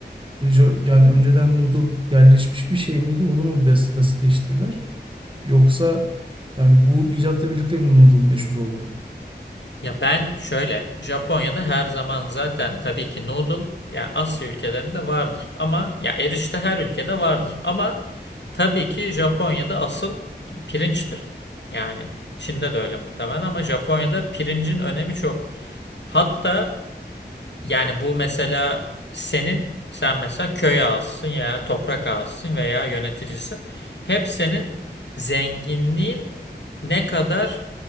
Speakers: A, on the right; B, on the left.
A: E, jo- Yani önceden noodle yerleşmiş bir şey miydi? Onu mu bas- basitleştirdiler? Yoksa yani bu icatla birlikte mi noodle meşhur oldu?
B: Ya ben şöyle Japonya'da her zaman zaten tabii ki noodle ya Asya ülkelerinde vardır ama ya erişte her ülkede vardır ama tabii ki Japonya'da asıl pirinçtir. Yani Çin'de de öyle muhtemelen ama Japonya'da pirincin önemi çok. Hatta Yani bu mesela senin, sen mesela köy ağasısın ya toprak ağasısın veya yöneticisin. Hep senin zenginliğin ne kadar